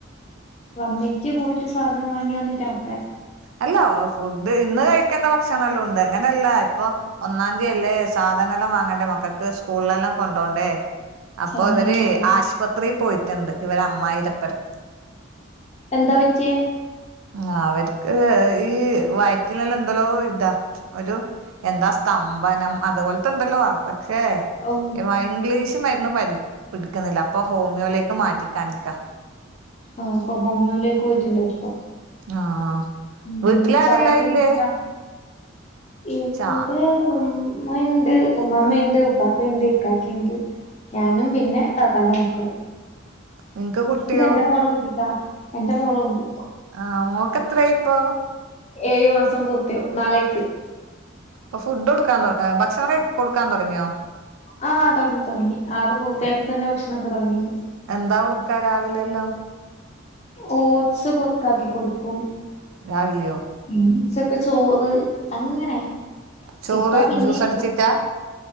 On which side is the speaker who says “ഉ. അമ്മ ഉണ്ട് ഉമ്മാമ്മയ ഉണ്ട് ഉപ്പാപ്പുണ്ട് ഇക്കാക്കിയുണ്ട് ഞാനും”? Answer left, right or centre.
Left